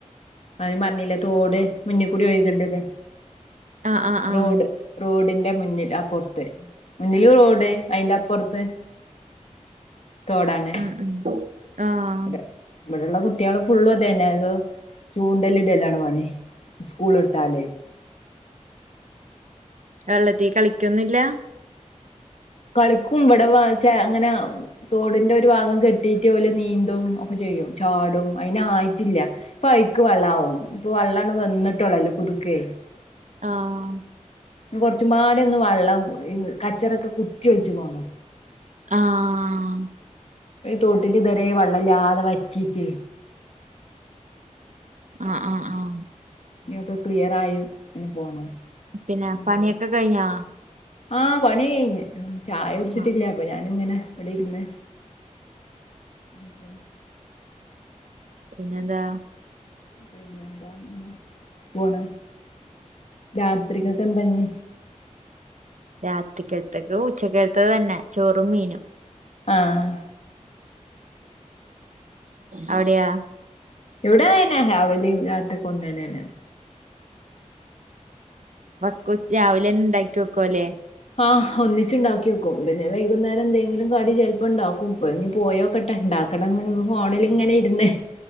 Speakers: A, on the left; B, on the right.
A: ആദ്യം പറഞ്ഞില്ലേ തോട് മുന്നീക്കൂടി ഒയ്ക്ണ്ടന്ന്
B: ആഹ് ആഹ് ആഹ്
A: റോഡ്
B: ആഹ്
A: റോഡിന്റെ മുന്നിൽ അപ്പോർത്ത് മുന്നില് റോഡ് അയിന്റെ അപ്പുറത്ത് തോടാണ്
B: ഉം ഉം ആഹ്
A: അതെ ഇവിടെള്ള കുട്ടികൾ ഫുള്ള് ഇതെന്നെ അത് ചൂണ്ടല് ഇടലാണ് പണി സ്കൂള് വിട്ടാല്
B: വെള്ളത്തി കളിക്കൊന്നുല്ലാ
A: കളിക്കും ഇവിടെ വെ ചേ അങ്ങന തോടിന്റെ ഒരു ഭാഗം കെട്ടിയിട്ട് ഓല് നീന്തും ഒക്കെ ചെയ്യും ചാടും അയിനായിട്ടില്ല ഇപ്പ അയ്ക്ക് വെള്ളാവും ഇപ്പൊ വെള്ളാണ്ട് വന്നിട്ടൊള്ളല്ലെ പുതുക്കേ
B: ആഹ്
A: കൊറച്ചുമാടെ ഒന്ന് വെള്ളം ഈ കച്ചറൊക്കെ കുറ്റി ഒഴിച്ച് പോണം
B: ആഹ്
A: തോട്ടില് ഇത് വെരെ വെള്ളം ഇല്ലാതെ വറ്റീട്ട്
B: ആഹ് ആഹ് ആഹ്
A: ഇനിപ്പം ക്ലിയറായി ഇനി പോണം
B: പിന്നെ
A: എന്നാല്
B: പണിയൊക്കെ കഴിഞ്ഞാ
A: ആഹ് പണി കഴിഞ്ഞ് ചായ കുടിച്ചിട്ടില്ല
B: ആഹ്
A: അപ്പൊ ഞാന് ഇങ്ങനെ ഇവിടിരുന്ന് അതെ
B: പിന്നെന്താ
A: പിന്നെന്താ അങ്ങനെ പോണ് രാത്രികൊക്കെ എന്താഞ്ഞ്
B: രാത്രിക്കകത്തേക്ക് ഉച്ചക്കത്തതന്നെ ചോറും മീനും
A: ആഹ്
B: അവിടെയാ
A: ഇവിടെ ഇതെന്നെ രാവിലെയും രാത്രി കൊന്നനെന്നെ
B: വക്കും ഇജ് രാവിലെന്നെണ്ടാക്കി വെക്കൂല്ലേ
A: ആഹ് ഒന്നിച്ചിണ്ടാക്കിവെക്കും പിന്നെ വൈകുന്നേരം എന്തെങ്കിലും കടി ചെലപ്പ്ണ്ടാക്കും ഇപ്പൊ ഇനി പോയോക്കട്ടെ ഉണ്ടാ ണം അങ്ങനെ ഫോണിലിങ്ങനെ ഇരുന്നേ